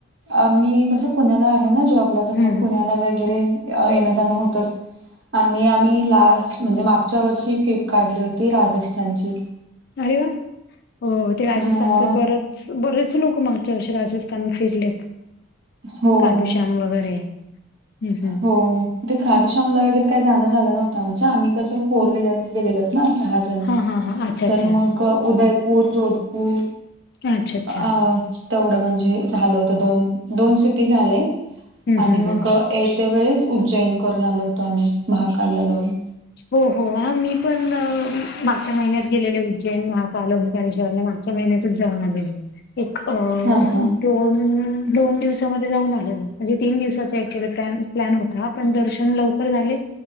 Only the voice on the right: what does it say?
आम्ही कसं पुण्याला आहे ना जॉबला तर
मग पुण्याला वैगरे येणं जाणं होतच. आणि आम्ही लास्ट म्हणजे मागच्या वर्षी फिप काढली होती राजस्थानची.
हा
हो
हो ते खाटू शामला वगैरे काय जाणं झालं नव्हतं आमचं. आम्ही कसं फोर व्हीलरने गेलेलं. ना सहा जण,
तर
मग क उदयपूर, जोधपूर
अ अ तेवढं म्हणजे झालं होत दोन दोन सिटी झाले
आणि
मग
येत्या वेळेस उज्जैन करून आलो होतो आम्ही महाकालला जाऊन.
हा हा